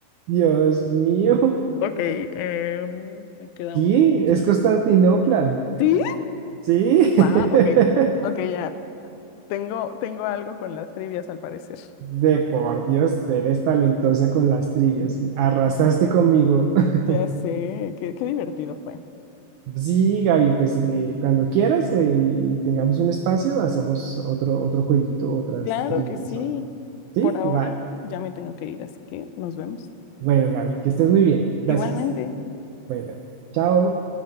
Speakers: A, on the right; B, on the left.
A: Dios mío.
B: Ok, em, Me queda
A: Sí,
B: una. ¿Cómo se
A: es
B: llama?
A: Constantinopla.
B: ¿sí?
A: Sí.
B: Va,
A: <laughs>
B: ok, ok, ya. Tengo, tengo algo con las trivias al parecer.
A: De por Dios, eres talentosa con las trivias. Arrasaste conmigo. <laughs>
B: Ya sé, qué, qué divertido fue.
A: Sí, Gaby, pues eh, cuando quieras eh, y tengamos un espacio, hacemos otro, otro jueguito, otras
B: Claro
A: trivias.
B: que sí.
A: o Sí,
B: Por ahora
A: va.
B: ya me tengo que ir, así que nos vemos.
A: Bueno, Gaby, que estés muy bien. Gracias.
B: Igualmente.
A: Bueno, chao.